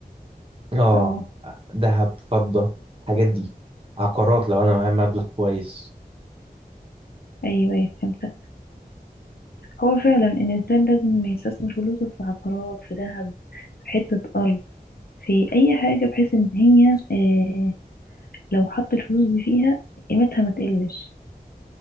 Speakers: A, on the right; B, on the left.
A: اه
B: اه
A: ذهب فضه الحاجات دي عقارات لو انا معايا مبلغ كويس
B: ايوه ايوه فهمتك هو فعلا الانسان لازم يستثمر فلوسه في عقارات في ذهب في حتة ارض في اي حاجة بحيث ان هي آه لو حط الفلوس دي فيها قيمتها ما تقلش